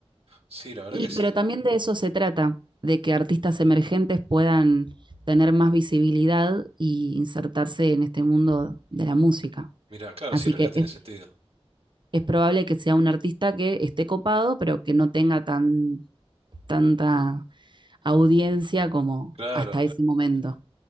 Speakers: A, on the right (about 65°); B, on the right (about 50°).
A: Sí, la verdad
B: Y,
A: que sí.
B: pero también de eso se trata, de que artistas emergentes puedan tener más visibilidad y insertarse en este mundo de la música.
A: Mira, claro,
B: Así
A: sí, en realidad
B: que
A: tiene
B: es,
A: sentido.
B: es probable que sea un artista que esté copado, pero que no tenga tan, tanta audiencia como
A: Claro,
B: hasta ese momento.